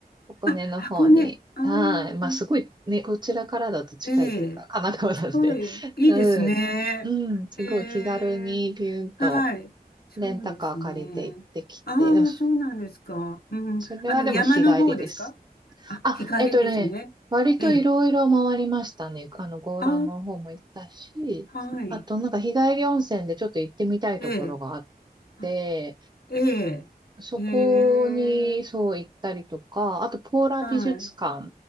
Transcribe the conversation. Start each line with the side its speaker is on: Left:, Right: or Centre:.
Right: 箱根の方に、
Left: あ、箱根。ああ、
Right: はい、まあ、
Left: いい
Right: すごい、ね、こちらからだと近いというか、
Left: ええ、
Right: 神奈川なんで、
Left: 近い、
Right: <laughs>
Left: いいですね。
Right: うん、うん、すごい気軽にビューンと
Left: へえ、はい、そうですね。
Right: レンタカー借りて行ってきて、
Left: ああ、
Right: でもそ、
Left: そうなんですか。うん、
Right: それはでも日帰りです。
Left: あの、山の方ですかあ、
Right: あ、
Left: 日帰りですね。
Right: えっとね、割といろいろ回りましたね。
Left: ええ、
Right: あの、強羅の方も行ったし、
Left: ああ、はい、
Right: あとなんか日帰り温泉でちょっと行ってみたいところがあっ
Left: ええ、あ
Right: て、
Left: ええ、
Right: そこにそう行ったりとか、
Left: ええ、
Right: あとポーラ美術館
Left: はい。